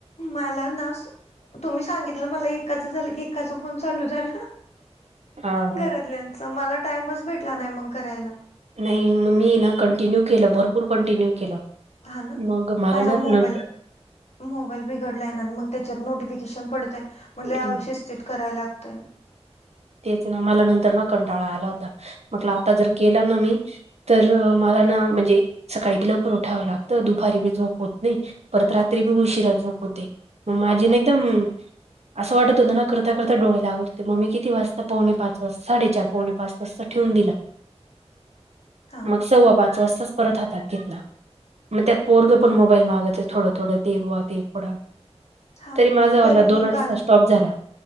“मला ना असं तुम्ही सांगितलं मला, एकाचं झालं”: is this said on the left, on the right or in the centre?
Left